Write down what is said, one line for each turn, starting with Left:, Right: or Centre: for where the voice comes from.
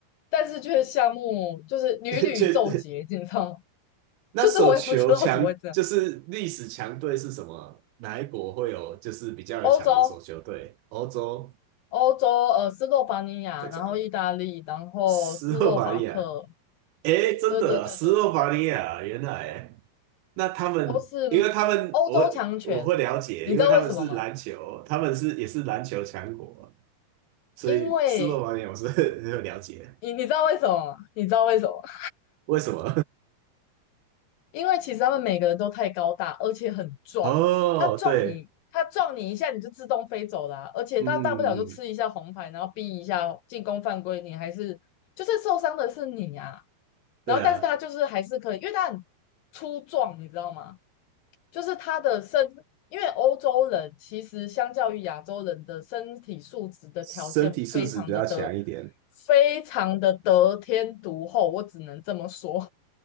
Left: 但是却项目就是屡屡奏捷，
Right: <laughs> 确
Left: 你知道吗？<laughs>
Right: 那手球强就是历史强队是什么？
Left: 就是我也不知道怎么会这样。
Right: 哪一国会有就是比较有强的手球队？
Left: 欧洲，
Right: 欧洲
Left: 欧洲，呃，斯洛伐尼亚，
Right: 这个
Left: 然后意大利，然后斯洛伐克，
Right: 斯洛伐利亚。哎，真的啊斯洛伐利亚，
Left: 对对对对，
Right: 原来那他们，
Left: 都是欧洲强权。
Right: 因为他们我我会了解，
Left: 你知道为什么吗？
Right: 因为他们是篮球，他们是也是篮球强国。所以斯洛伐尼亚我是
Left: 因为
Right: <laughs> 很有了解的
Left: 你你知道为什么吗？你知道为什么吗
Right: 为什么？
Left: <laughs> 因为其实他们每个人都太高大，而且很壮。
Right: <laughs> 哦，
Left: 他撞你，
Right: 对，
Left: 他撞你一下，你就自动飞走啦、而且他大不了就吃一下红牌，
Right: 嗯嗯嗯，
Left: 然后逼一下进攻犯规，你还是就是受伤的是你啊。
Right: 对啊，
Left: 然后但是他就是还是可以，因为他很粗壮，你知道吗？就是他的身，因为欧洲人其实相较于亚洲人的身体素质的条件非常的得，
Right: 身体素质比较强一点，
Left: 非常的得天独厚，我只能这么说。